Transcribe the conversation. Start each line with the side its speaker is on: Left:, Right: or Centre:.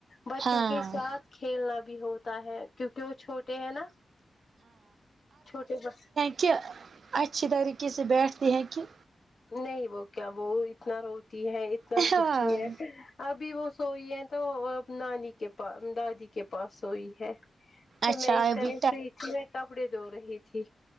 Left: بچوں
Right: ہاں
Left: کے ساتھ کھیلنا بھی ہوتا ہے کیونکہ وہ چھوٹے ہیں نا چھوٹے ب
Right: چہ اچھی طریقے سے بیٹھتے ہیں کیا
Left: نہیں وہ کیا وہ اتنا روتی ہے اتنا
Right: ہاں
Left: روتی ہے ابھی وہ سوئی ہے تو نانی کے پا دادی کے پاس سوئی ہے تو
Right: اچھا
Left: میں اس
Right: ابھی
Left: ٹائم فری تھی میں کپڑے دھو رہی تھی